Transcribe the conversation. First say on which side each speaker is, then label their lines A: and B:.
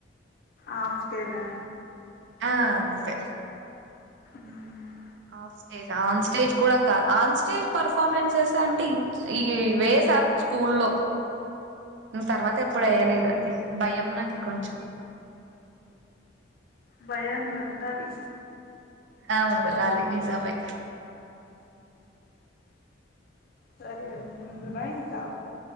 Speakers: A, on the left; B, on the right.
A: ఆఫ్ స్టేజ్ ఆ
B: ఆ అంతే
A: మ్మ్
B: ఆఫ్ స్టేజ్ ఆన్ స్టేజ్ కూడా కాదు ఆన్ స్టేజ్ పర్ఫార్మెన్సెస్ అంటే ఈ వేస స్కూల్లో ను తర్వాత ఎప్పుడు వేయ్యలేదండి భయం నాకు కొంచెం
A: భయం వెళ్ళాలి
B: అవును వెళ్ళాలి నిజమే
A: సరే అండి ఉండునా ఇంకా